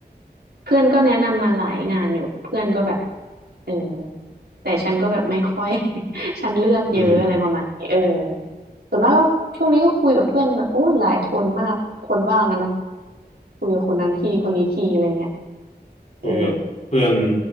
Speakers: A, on the right (about 70°); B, on the left (about 45°).
A: เพื่อนก็แนะนำมาหลายงานอยู่เพื่อนก็แบบเออแต่ฉันก็แบบไม่ค่อย <laughs> ฉันเลือกเยอะอะไรประมาณนี้เออ
B: อืม
A: ส่วนมากก็ช่วงนี้ก็คุยกับเพื่อนแบบโอ้ยหลายคนมากคนว่างอะเนาะคุยกับคนนั้นทีคนนี้ทีอะไรเงี้ย
B: คุยกับเพื่อน
A: เออ